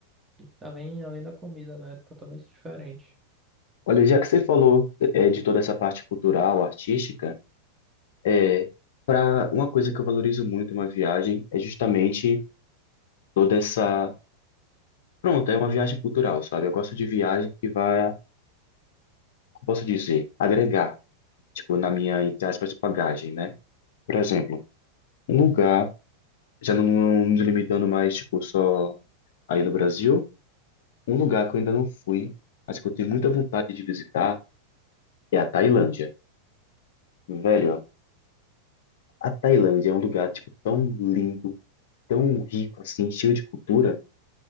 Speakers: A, on the right (about 15°); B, on the left (about 55°).
A: Além, além da comida, né? Totalmente diferente.
B: Olha, já que você falou é, de toda essa parte cultural, artística, é, para uma coisa que eu valorizo muito em uma viagem é justamente toda essa Pronto, é uma viagem cultural, sabe? Eu gosto de viagem que vai, como posso dizer, agregar, tipo, na minha, entre aspas, bagagem, né? Por exemplo, um lugar, já não, não me limitando mais, tipo, só aí no Brasil, um lugar que eu ainda não fui, mas que eu tenho muita vontade de visitar, é a Tailândia. Velho, a Tailândia é um lugar, tipo, tão lindo, tão rico, assim, cheio de cultura,